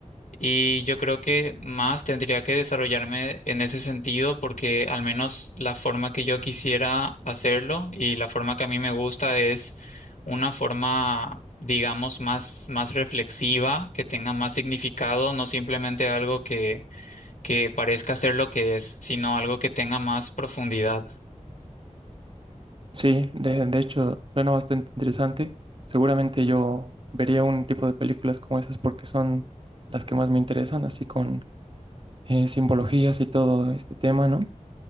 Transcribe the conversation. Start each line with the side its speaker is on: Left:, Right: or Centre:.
Left: y yo creo que más tendría que desarrollarme en ese sentido porque al menos la forma que yo quisiera hacerlo y la forma que a mí me gusta es una forma, digamos, más, más reflexiva, que tenga más significado, no simplemente algo que que parezca ser lo que es, sino algo que tenga más profundidad.
Right: Sí, de, de hecho, suena bastante interesante. Seguramente yo vería un tipo de películas como esas porque son las que más me interesan, así con eh, simbologías y todo este tema, ¿no?